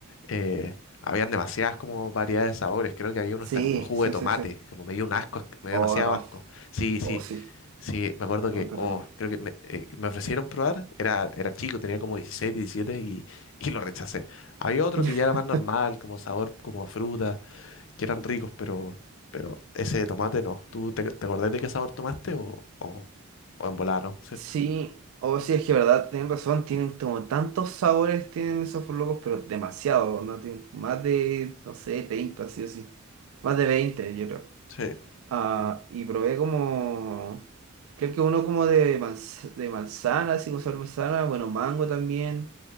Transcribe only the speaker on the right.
Sí,
sí,
sí, sí. sí.
Oh,
no.
Oh, sí.
Oh,
terrible.
<laughs>
Sí, o sí, es que verdad, tienen razón, tienen como tantos sabores, tienen esos locos, pero demasiado, ¿no? Tienen más de, no sé, 30, sí o sí. Más de 20 yo creo.
Ah,
y probé como, creo que uno como de, manz- de manzana, así como sabor manzana, bueno, mango también,